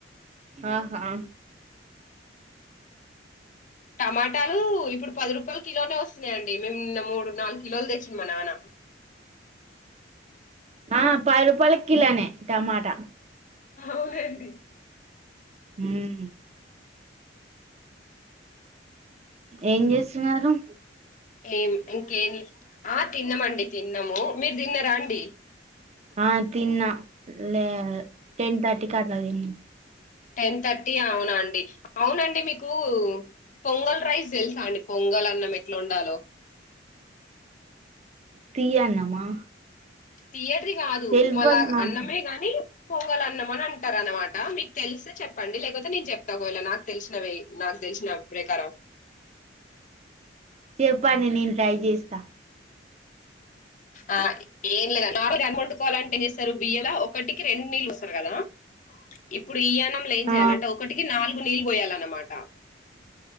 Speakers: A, on the right; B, on the left.
A: ఆహా!
B: టమాటాలు ఇప్పుడు పది రూపాలక్. కిలోనే వస్తున్నాయండి మేము నిన్న మూడు నాలుగు కిలోలు తెచ్చిండు మానాన.
A: ఆ పది రూపాయలకి కిలోనే టమాటా.
B: అవునండి.
A: మ్! ఏం జేస్తున్నారు?
B: ఏం ఇంకేం ఆ తిన్నమండి, తిన్నాము. మీరు తిన్నరా అండి?
A: ఆ తిన్నా లే టెన్ థర్టీ క్ అట్లా తిన్నా.
B: టెన్ థర్టీ అవునా అండి. అవునా అండి మీకు పొంగల్ రైస్ తెల్సా అండి పొంగల్ అన్నం ఎట్లోండాలో?
A: తీయన్నమా
B: తీయటిది కాదు
A: తెల్వదు
B: మళాగ్
A: నాకు
B: అన్నమే గాని. పొంగల్నమని అంటారన్నమాట మీకు తెలిస్తే చెప్పండి. లేకపోతే నేను చెప్తా ఒకవేళ నాకు తెలిసినవి నాకు తెలిసిన ప్రెకారం
A: చెప్పండి నేన్ ట్రై చేస్తా.
B: ఆ ఏం లేదని నార్మల్గా అన్నం వొండుకోవాలంటే ఏం చేస్తారు బియ్యంలో ఒకటికి రెండు నీళ్ళు పోస్తారు కదా! ఇప్పుడు ఈ అన్నంలో ఏం
A: ఆ
B: చేయాలంటే? ఒకటికి నాలుగు నీళ్ళు పోయాలన్నమాట.